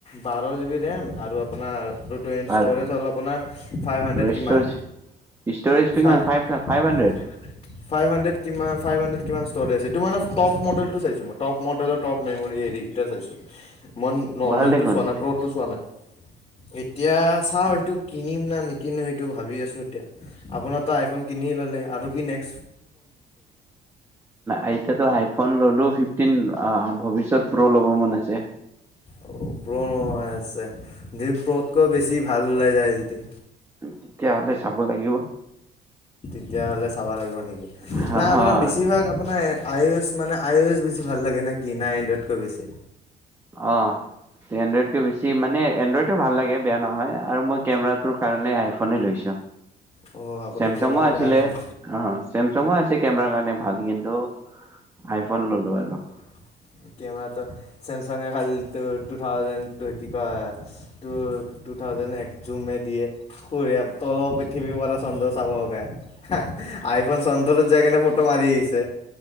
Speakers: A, on the left; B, on the right.
A: বাৰ জিবিত। ৰেম আৰু আপোনাৰ
B: ভাল
A: ষ্ট'ৰেজ হ'ল আপোনাৰ ফাইভ হাণ্ড্ৰেড
B: আৰু
A: কিমান
B: ষ্টৰেজ ষ্টৰেজটো
A: ফাইভ
B: কিমান ফাইভ
A: হান্ডেত
B: হাণ্ড্ৰেড
A: কিমান। ফাইভ হাণ্ড্ৰেড কিমান ফাইভ হাণ্ড্ৰেড কিমান ষ্ট'লেজ এইেইটো মানে টপ মডেলটো চাইছো মইটপ মডেলৰটপ মেম'ৰি হৰিকেইটা চাইছোঁ মই নৰ্মেলটো
B: ভাল দেখোন
A: চোৱা নাইপৰত চোৱা নাই এতিয়া চাও সেইটো কিনিম না নেকি কিনো এইেইটো ভাবি আছোঁ এতিয়া আপোনাৰ তো আইফোন কিনি ল'লে আৰু কি নে্স
B: এতিাতো আইফোন ললো ফিফটিন ভৱিষ্যত প্ৰ উ ল'ব মন আছে
A: আৰু প্ৰ ও আহ আছে প্ৰ ও'তাকৈ বেছি ভাল ওলাই যায় যদি
B: তেতিয়াহলে চাব লাগিব
A: তেতিয়াহ'লে চাব লাগিব নেকি
B: হ-
A: নাই আপোনাৰ বেছিভাগ আপোনাৰ আই অ' এছ মানে আই অ' এছ বেছি ভাল লাগে নে কি নাই এনডাতকৈ বেছি।
B: অ থি হাইড্ৰেট কৈ বেছি মানে এনডাইডটো ভাল লাগে বেয়া নহয় আৰু মই কেমেৰাটোৰ কাৰণে আইফনে লৈছো
A: অঁ আপুনি
B: চেমচং
A: কেমেৰাৰ
B: আছিলে
A: কাৰণে চাই
B: আহ চেমচঙ আছিল কেমেৰ কাৰণে ভাল কিন্তু আইফ ফন ল'লোঁ আৰু
A: আৰু। কেমেৰাটো চেমচাঙে খালী টু থাউজেণ্ড কি কয় টু টু থাউজেণ্ড এক জুমে দিয়ে স তল পৃথিৱীৰ পৰা চন্দ্ৰ চাবে আইফোনন চন্দৰতো <unintelligible> মাৰি আহিছে।